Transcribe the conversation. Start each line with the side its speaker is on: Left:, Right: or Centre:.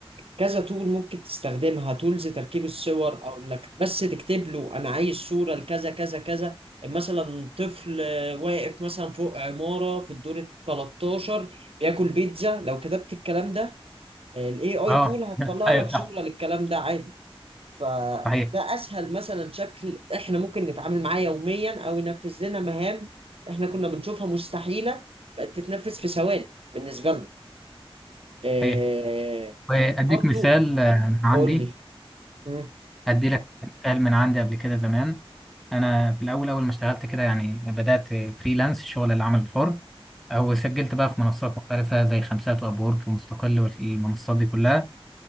Right: كذا تول ممكن تستخدمها تولز تركيب الصور او انك بس تكتب له انا عايز صورة لكذا كذا كذا مثلا طفل آه، واقف مثلا فوق عمارة في الدور ال 13 بياكل بيتزا لو كتبت الكلام ده الاي اي
Centre: اه
Right: تول هتطلع
Centre: <laughs> ايوه
Right: لك صورة
Centre: صح
Right: للكلام ده عادي فده
Centre: صحيح
Right: اسهل مثلا شكل احنا ممكن نتعامل معاه يوميا او ينفذ لنا مهام احنا كنا بنشوفها مستحيله بقت تتنفذ في ثواني بالنسبه لنا آه
Centre: صحيح وأديك
Right: برضو
Centre: مثال آه، من عندي
Right: قول لي مم.
Centre: أدي لك مثال من عندي قبل كده زمان أنا في الأول أول ما اشتغلت كده يعني بدأت فريلانس شغل العمل الحر أو سجلت بقى في منصات مختلفة زي خمسات وأبورك ومستقل والمنصات دي كلها